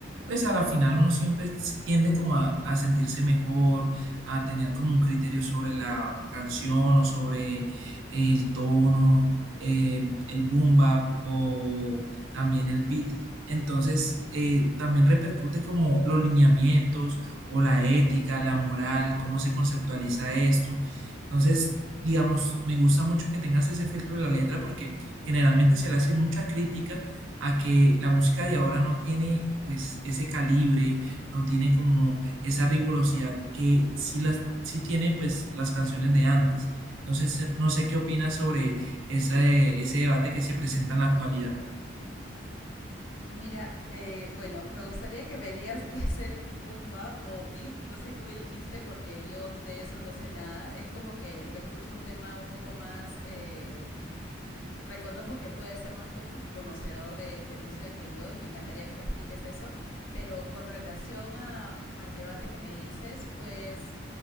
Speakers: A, on the right; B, on the left.
A: pues, a la final uno siempre s- tiende como a, a sentirse mejor, a tener como un criterio sobre la canción o sobre eh, el tono, eh, el boom bap o también el beat. Entonces, eh, también repercute como los lineamientos o la ética, la moral, cómo se conceptualiza esto. Entonces, digamos, me gusta mucho que tengas ese filtro de la letra porque generalmente se le hace mucha crítica a que la música de ahora no tiene pues ese calibre, no tiene como esa rigurosidad que sí las sí tiene pues las canciones de antes. Entonces, eh, no sé qué opinas sobre esa, eh, ese debate que se presenta en la actualidad.
B: Mira, eh, bueno, me gustaría que me digas qué es el boom bap o beep, no sé qué me dijiste porque yo de eso no sé nada. Es como que lo escucho un tema un poco más eh, reconozco que puedes ser más con- conocedor de, de música que yo y me encantaría que me expliques eso, pero con relación a- al debate que me dices, pues